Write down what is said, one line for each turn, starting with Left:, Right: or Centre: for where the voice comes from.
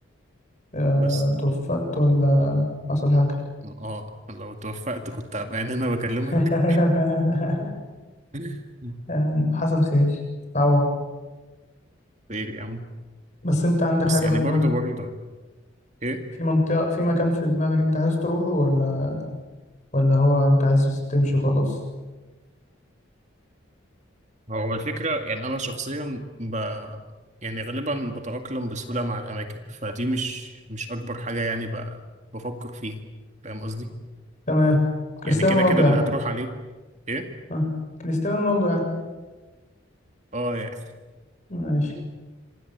Left: آه،
Right: بس
Left: توفقت ولا حصل حاجة
Right: اه لو توفقت كنت هبقى يعني هنا بكلمك
Left: <laughs>
Right: <laughs>
Left: آم، حصل خير تعوض
Right: خير يا عم
Left: بس انت عندك
Right: بس
Left: حاجة
Right: يعني
Left: في دماغك
Right: برضه برضه ايه
Left: في منطقة في مكان في دماغك انت عايز تروحه ولا ولا هو انت عايز تمشي وخلاص
Right: هو الفكرة يعني انا شخصيا ب يعني غالبا بتأقلم بسهولة مع الأماكن فدي مش مش أكبر حاجة يعني ب... بفكر فيها فاهم قصدي؟
Left: تمام كريستيانو
Right: يعني كده
Left: رونالدو
Right: كده
Left: يعني
Right: اللي هتروح عليه ايه؟
Left: اه كريستيانو رونالدو يعني
Right: اه يعني
Left: ماشي
Right: <laughs>